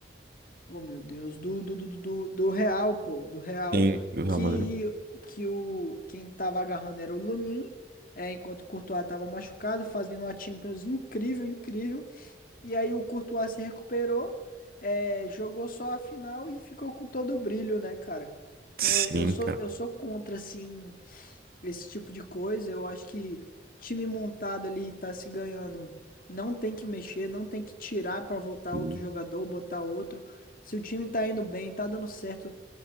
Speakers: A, on the left; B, on the right.
A: Oh, meu Deus, do, do, do, do, do Real, pô, do Real,
B: Sim. Do Real
A: que,
B: Madrid.
A: que o, quem tava agarrando era o Lunin. É, enquanto o Courtois tava machucado, fazendo uma Champions incrível, incrível. E aí o Courtois se recuperou, é, jogou só a final e ficou com todo o brilho, né, cara? Então
B: Sim,
A: eu, eu sou,
B: cara.
A: eu sou contra, assim, esse tipo de coisa, eu acho que time montado ali tá se ganhando. Não tem que mexer, não tem que tirar pra voltar
B: Sim,
A: outro jogador, botar outro. Se o time tá indo bem, tá dando certo,